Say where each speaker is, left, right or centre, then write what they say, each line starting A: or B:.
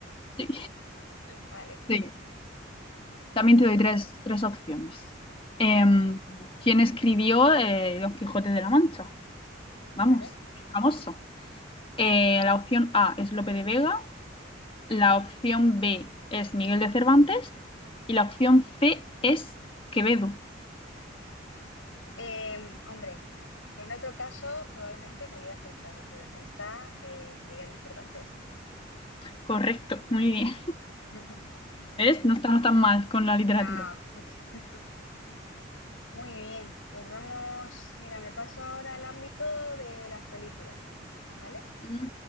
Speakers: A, on the left; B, on the left.
A: Sí.
B: Vale,
A: Sí. También
B: venga,
A: te doy tres, tres opciones. Em,
B: vamos.
A: ¿quién escribió eh, Don Quijote de la Mancha? Vamos,
B: Vale.
A: famoso. Eh, la opción A es Lope de Vega, la opción B es Miguel de Cervantes y la opción C es Quevedo.
B: Eh, hombre, en otro caso probablemente no hubiera acertado, pero en esta, eh, Miguel de Cervantes.
A: Correcto, muy bien.
B: <laughs>
A: ¿Ves? No estamos tan mal con la
B: No,
A: literatura.
B: <laughs> muy bien, pues vamos, mira, me paso ahora al ámbito de las películas, ¿vale?
A: Ujú,